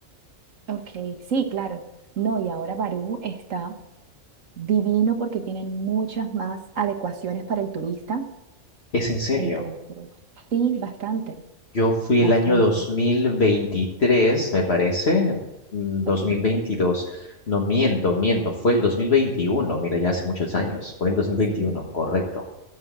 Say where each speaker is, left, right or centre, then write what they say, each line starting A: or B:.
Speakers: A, on the right; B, on the left.
A: Ok, sí, claro. No, y ahora Barú está divino porque tienen muchas más adecuaciones para el turista.
B: ¿Es en serio?
A: Entonces, sí, bastante,
B: Yo fui
A: bastante.
B: el año 2023, me parece, mm, 2022.
A: Ok,
B: No miento, miento, fue el 2021. mira, ya hace muchos años, fue el dos mil veintiuno,
A: sí,
B: correcto.